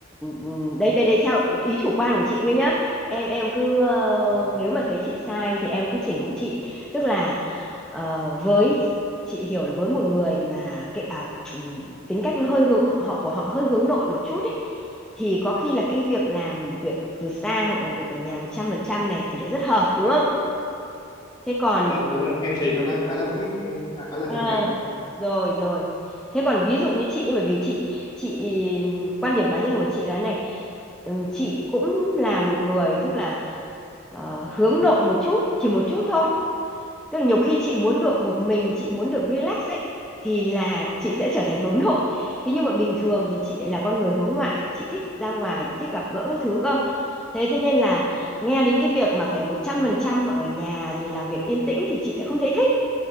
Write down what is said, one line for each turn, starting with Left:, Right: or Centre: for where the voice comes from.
Centre: ừ, đây đây đây theo ý chủ quan của chị thôi nhá. Em em cứ ờ,
Left: Vâng.
Centre: nếu mà thấy chị sai thì em cứ chỉnh hộ chị. Tức là ờ, với chị hiểu là với một người mà cái à, ừ, tính cách nó hơi hướng họ của họ hơi hướng nội một chút ấy thì có khi là cái việc làm việc từ xa hoặc làm việc ở nhà 100% này thì lại rất hợp đúng không? Thế còn
Left: Dạ vâng, đúng rồi. Em thấy nó đang khá là fit với em, à, khá là
Centre: Ờ,
Left: hợp với em.
Centre: rồi rồi thế còn ví dụ như chị nhưng bởi vì chị chị quan điểm cá nhân của chị là này ừm, chị cũng là một người tức là ờ, hướng nội một chút chỉ một chút thôi tức là nhiều khi chị muốn được một mình chị muốn được relax ấy thì là chị sẽ trở thành hướng nội thế nhưng mà bình thường thì chị lại là con người hướng ngoại chị thích ra ngoài chị thích gặp gỡ các thứ cơ thế thế nên là nghe đến cái việc mà phải một trăm phần trăm ở nhà rồi làm việc yên tĩnh thì chị lại không thấy thích